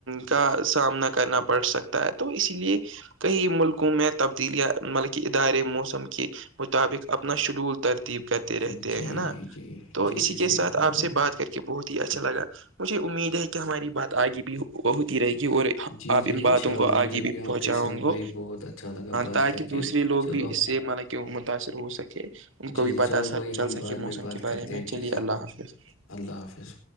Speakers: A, on the right; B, on the left.
A: کا سامنا کرنا پڑ سکتا ہے تو اسی لیے کئی ملکوں میں تبدیلیاں مطلبک ادارے موسم کے مطابق اپنا شیڈول ترتیب کرتے
B: جی
A: رہتے ہیں ہے نا
B: جی جی
A: تو
B: جی
A: اسی
B: جی
A: کے
B: صحیح
A: ساتھ
B: فرما
A: آپ سے
B: رہے
A: بات کر کے کہ بہت ہی اچھا لگا مجھے امید ہے کہ ہماری بات آگے بھی ہوتی رہے گی اور
B: جی
A: آپ
B: جی
A: ان باتوں
B: انشاء اللہ
A: کو
B: مجھے
A: آگے بھی
B: آپ
A: پہنچاؤ
B: کے ساتھ بھائی
A: گو
B: بہت اچھا لگا بات
A: تاکہ
B: کر کے
A: دوسرے لوگ
B: چلو
A: بھی اس سے مطلب کہ وہ متاثر ہو سکے ان کو
B: جی
A: بھی
B: جی
A: پتا
B: چلو بھائی
A: چل
B: ہم
A: سکے
B: بعد
A: موسم
B: میں بات
A: کے بارے
B: کرتے
A: میں
B: ہیں ٹھیک
A: چلیے
B: ہے
A: اللہ حافظ
B: اللہ حافظ